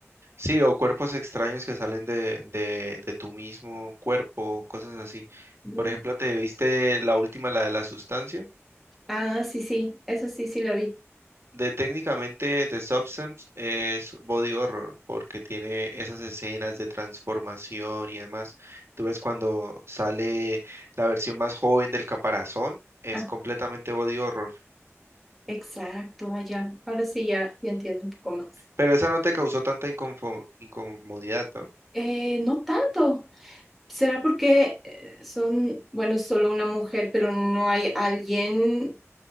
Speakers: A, on the right; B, in the centre.
A: Sí, o cuerpos extraños que salen de, de, de tu mismo cuerpo, cosas así.
B: Mm.
A: Por ejemplo, ¿te viste la última, la de la sustancia?
B: Ah, sí, sí, eso sí, sí la vi.
A: De técnicamente The Substance es body horror porque tiene esas escenas de transformación y demás. Tú ves cuando sale la versión más joven del caparazón, es
B: Ah,
A: completamente body horror.
B: exacto, ah, ya. Ahora sí ya, ya entiendo un poco más.
A: Pero esa no te causó tanta inconfo- incomodidad, ¿no?
B: Eh, no tanto. ¿Será porque eh, son, bueno, es solo una mujer, pero no hay alguien?